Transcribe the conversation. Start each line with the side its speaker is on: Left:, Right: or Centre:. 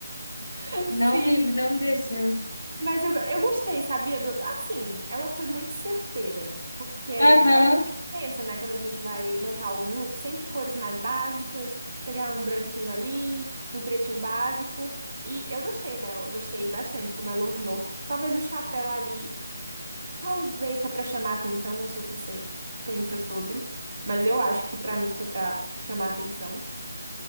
Right: <laughs>
Left: não
Right: sim.
Left: me, não me desceu.
Right: Mas eu, eu gostei, sabia? Do, assim, ela foi muito certeira, porque é
Left: Aham,
Right: o que a gente pensa, né? Quando a gente vai montar algum look, sempre cores mais básicas, pegar um branquinho ali, um pretinho básico. E eu gostei dela, eu gostei bastante como ela ornou. Talvez o chapéu ali, talvez foi pra chamar atenção, não sei o que você pensa sobre, mas eu acho que pra mim foi pra chamar atenção.